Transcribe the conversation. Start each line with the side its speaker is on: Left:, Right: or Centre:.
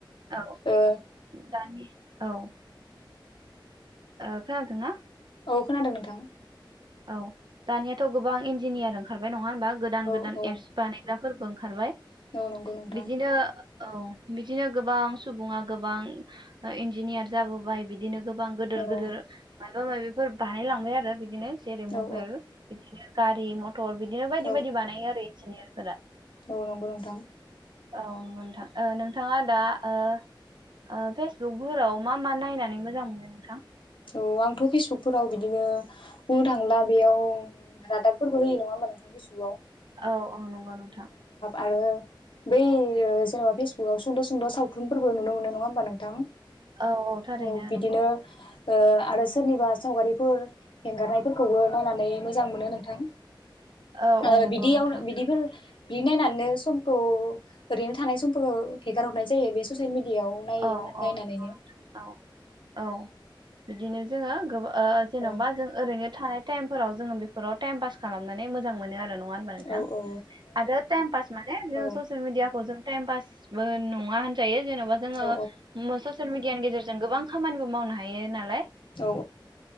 Right: औ
Left: ओ
Right: दानि औ ओ खोनादोंना?
Left: औ खोनादों नोंथां।
Right: औ दानियाथ गोबां इन्जिनियार ओंखारबाय नङा होन बा गोदान
Left: औ
Right: गोदान
Left: औ
Right: एप्स बानायग्रा फोरबो ओंखारबाय
Left: औ नोंगौ नोंथां
Right: बिदिनो औ बिदिनो गोबां सुबुङा गोबां ओ इन्जिनियार जाबोबाय बिदिनो गोबां गोदोर
Left: औ औ
Right: गोदोर मायबा माबिफोर बानायलांबाय आरो बिदिनो जेरै मबेल
Left: औ
Right: बिदिनो गारि म थर बिदिनो बायदि
Left: औ
Right: बायदि बानायो आरो इन्जिनियार
Left: औ नंगौ नोंथां
Right: औ नोंगौ नोंथां ओ नोंथांया दा ओ ओ फेसबुकफोराव मा मा नायनानै मोजां मोनो नोंथां?
Left: औ आंथ फेसबुकफोराव बिदिनो बुंनो थाङोब्ला बेयाव रादाबफोरबो होयो नङा होमबा नोंथां फेसबुकआव?
Right: औ औ नंगौ नोंथां
Left: आरो बै जेनेबा फेसबुकाव सुंद' सुंद' सावथुनफोरबो नुनो मोनो नङा होमबा नोंथां?
Right: औ औ थारैनो
Left: अ बिदिनो
Right: नंगौ
Left: ओ आरो सोरनिबा सावगारिफोर एंगारनायफोरखौबो नायनानै मोजां मोनो नोंथां।
Right: औ
Left: ओ
Right: औ नंगौ
Left: बिदि
Right: नोंथां
Left: आवनो बिदिफोर बिदि नायनानैनो समखौ ओरैनो थानाय समफोखौ हेगार हरनाय जायो बे ससियेल मिडिया इयाव नाय
Right: औ औ
Left: नायनानैनो।
Right: औ औ बिदिनो जोङो गोबां ओ जेन'बा
Left: औ
Right: जों ओरैनो थानाय टाइमफोराव जोङो बेफोराव टाइम पास खालामनानै मोजां मोनो आरो न' नङा होनबा नोंथां
Left: औ औ
Right: आरो टाइम पास माने जोंङो
Left: ओ
Right: ससियेल मिडियाखौ जों टाइम पासबो नङा होनजायो जेन'बा जोंङो
Left: औ
Right: मो ससियेल मिडियाननि गेजेर जों गोबां खामानिबो मावनो हायो नालाय
Left: औ